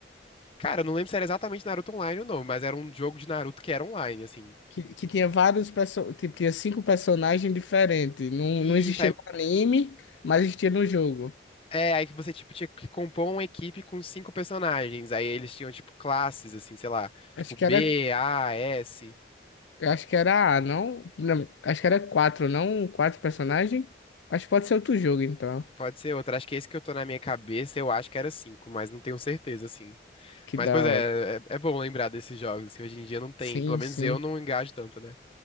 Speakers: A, on the left (about 30°); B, on the left (about 85°).
A: Cara, eu não lembro se era exatamente Naruto Online ou não, mas era um jogo de Naruto que era online, assim.
B: Que, que tinha vários perso... tipo, tinha cinco personagens diferentes. Não,
A: E
B: não existia
A: saiu
B: no anime, mas existia no jogo.
A: É, aí que você, tipo, tinha que compor uma equipe com cinco personagens. Aí eles tinham, tipo, classes, assim, sei lá. Tipo,
B: Acho
A: B,
B: que era,
A: A, S.
B: acho que era A, não? Não, acho que era quatro, não? Quatro personagens? Acho que pode ser outro jogo, então.
A: Pode ser outra. Acho que é esse que eu tô na minha cabeça, eu acho que era cinco, mas não tenho certeza, assim.
B: Que
A: Mas,
B: da
A: pois é,
B: hora.
A: é, é bom lembrar desses jogos, assim. Hoje em dia não tem.
B: Sim,
A: Pelo menos
B: sim.
A: eu não engajo tanto, né?